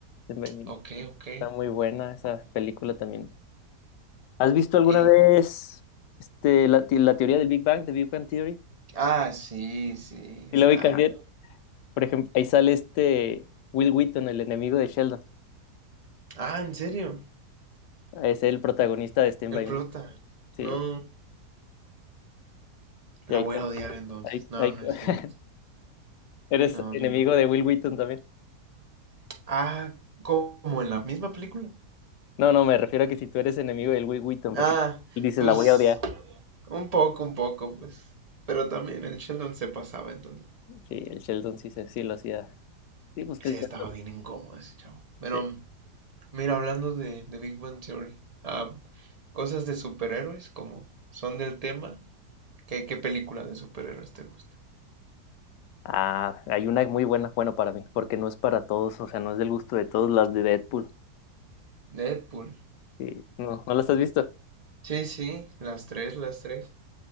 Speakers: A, on the left; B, on the right.
A: se me vino.
B: Ok, ok.
A: Está muy buena esa película también. ¿Has visto alguna
B: Y...
A: vez este, la, te- la teoría del Big Bang, de Big Bang Theory?
B: Ah, sí, sí, está.
A: Y luego hay que por ejemplo, ahí sale este Will Wheaton, el enemigo de Sheldon.
B: Ah, ¿en serio?
A: Es el protagonista de Stand By
B: El
A: Me.
B: prota.
A: Sí,
B: No, la
A: y ahí
B: voy
A: com-
B: a odiar entonces.
A: ahí-
B: No,
A: ahí-
B: no es
A: <laughs>
B: cierto.
A: eres
B: No,
A: enemigo
B: no.
A: de Will Wheaton también.
B: Ah, como en la misma película.
A: No, no, me refiero a que si tú eres enemigo del Will Wheaton, porque
B: Ah,
A: él dice,
B: pues
A: la voy a odiar.
B: un poco, un poco, pues. Pero también el Sheldon se pasaba entonces.
A: Sí, el Sheldon sí, se- sí lo hacía. Sí, busqué
B: Sí,
A: el
B: estaba
A: Sheldon.
B: bien incómodo ese chavo. Pero,
A: Sí.
B: mira, hablando de, de Big Bang Theory, ah, cosas de superhéroes, como son del tema, ¿qué, qué película de superhéroes te gusta?
A: Ah, hay una muy buena, bueno, para mí, porque no es para todos, o sea, no es del gusto de todos, las de Deadpool.
B: Deadpool.
A: Sí, no, ¿no las has visto?
B: Sí, sí, las tres, las tres.